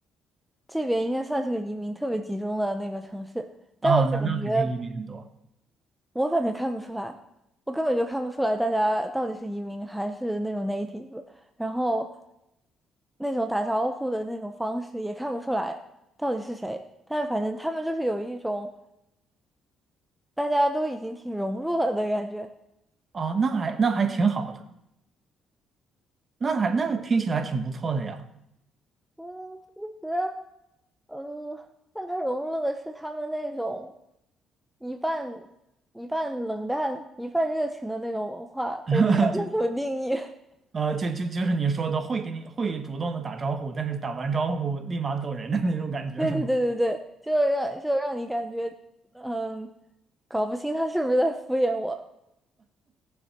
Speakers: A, in the centre; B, on the right.
A: 这边应该算是个移民特别集中的那个城市，但我感觉
B: 啊，那那肯定移民很多
A: 我反正看不出来，我根本就看不出来大家到底是移民还是那种 native，然后那种打招呼的那种方式也看不出来到底是谁，但反正他们就是有一种大家都已经挺融入了的感觉。
B: 啊，那还那还挺好的。那还那听起来挺不错的呀，
A: 嗯，其实，嗯，但它融入的是他们那种一半一半冷淡、一半热情的那种文化，
B: <laughs>
A: 我不知道该怎么定义。
B: 就
A: <laughs>
B: 呃就就就是你说的会给你会主动的打招呼，但是打完招呼立马走人的那种感觉是吗？
A: 对对对对对，就是让就是让你感觉，嗯，搞不清他是不是在敷衍我。